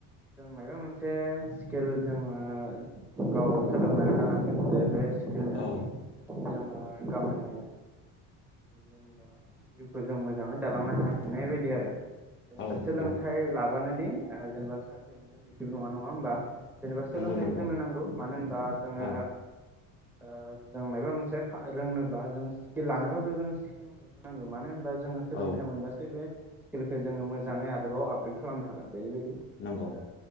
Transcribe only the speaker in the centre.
जों मायबा मोनसे स्किल जोङो गाव सोलोंनानै लानांगोन जे बे स्किलजों
जोङो ओ गावनि जेनेबा जिउखौ जों मोजाङै दालांनो हानाय बायदि आरो जेनेवा
सोलोंथाइ
ला बानोदि जेनेबा साख्रि मोनगोन बिदिबो नङा नङा होमबा जेनेबा सोलोंथाइखौ
जोंनो नांगौ मानो होनबा जोङो
ओ जों माबा खा मोनसे रोंनोब्ला जों स्किल लानोबाबो जों स्किल नांगौ मानो होनबा जो ङो सोलोंथाइ
मोनबासो बे स्किलखौ जोंङो मोजांङै आरोबाव आपग्रेड खालामनो हागोन बेबायदि
ओ